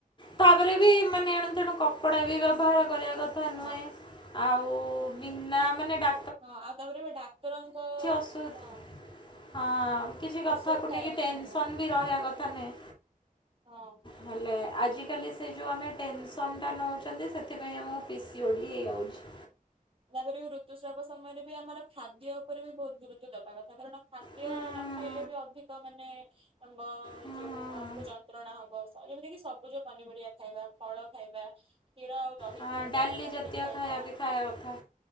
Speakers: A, on the left (about 35°); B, on the right (about 40°).
A: ତାପରେ ବି ମାନେ ଏଣୁ ତେଣୁ କପଡ଼ା ବି ବ୍ୟବହାର କରିବା କଥା
B: ହଁ
A: ନୁହେଁ। ଆଉ ବିନା ମାନେ ଡା
B: ହଁ ଆଉ ତାପରେ ଏ ଡାକ୍ତରଙ୍କ
A: ଅସୁ
B: ହଁ।
A: ହଁ କିଛି କଥାକୁ
B: ଔଷଧ ଖାଇବା
A: ନେଇକି
B: କଥା
A: ଟେନସନ
B: ନୁହଁ।
A: ବି ରହିବା କଥା ନୁହେଁ।
B: ହଁ।
A: ହେଲେ ଆଜିକାଲି ସେ ଯଉ ଆମେ ଟେନସନ୍ ଟା ନଉଚନ୍ତି ସେଥିପାଇଁ ଆମକୁ ପି ସିି ଓ ଡ଼ି ହେଇଯାଉଚି।
B: ତାପରେ ଋତୁସ୍ରାବ ସମୟରେ ବି ଆମର ଖାଦ୍ୟ ଉପରେ ବି ବହୁତ ଗୁରୁତ୍ୱ ଦବା କଥା। କାରଣ ଖାଦ୍ୟ
A: ହୁଁ
B: ନ
A: ହୁଁ ହୁଁ
B: ଖାଇଲେ ବି ଅଧିକ ମାନେ ବ
A: ହୁଁ
B: ଯୋଉ
A: ହୁଁ।
B: ଆମକୁ ଜ ନ୍ତ୍ରଣା ହବ ଯେମିତି କି ସବୁଜ ପନିପରିବା ଖାଇବା ଫଳ ଖାଇବା କ୍ଷୀର ଆଉ ଦହି
A: ହଁ
B: ଖାଇବା ଡାଲି
A: ଜାତୀୟ
B: ଖାଇବା
A: ବି ଖାଇବା କଥା।